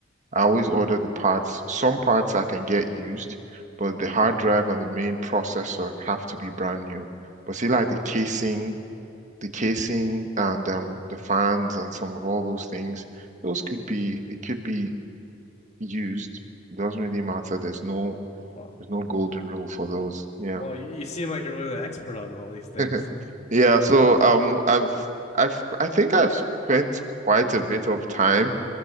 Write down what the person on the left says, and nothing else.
Yeah. Yeah.
Wow.
Wow, you, you seem like you're really an expert on all these things.